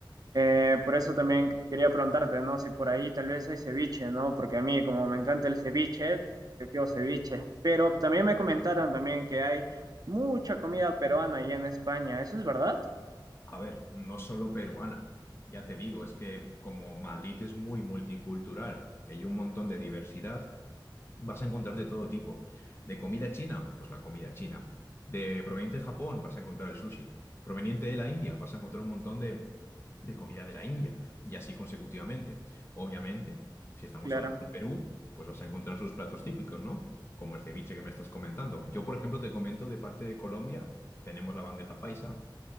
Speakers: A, on the right; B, on the left.
A: Eh, por eso también quería preguntarte, ¿no? Si por ahí tal vez hay ceviche, ¿no? Porque a mí, como me encanta el ceviche, yo quiero ceviche. Pero también me comentaron también que hay mucha comida peruana allá en España. ¿Eso es verdad?
B: A ver, no solo peruana. Ya te digo, es que como Madrid es muy multicultural y hay un montón de diversidad, vas a encontrar de todo tipo. De comida china, pues la comida china. De proveniente de Japón, vas a encontrar el sushi. Proveniente de la India, vas a encontrar un montón de, de comida de la India. Y así consecutivamente. Obviamente, si estamos
A: Claro,
B: hablando de Perú, pues vas a encontrar sus platos típicos, ¿no? Como el ceviche que me estás comentando. Yo, por ejemplo, te comento de parte de Colombia, tenemos la bandeja paisa.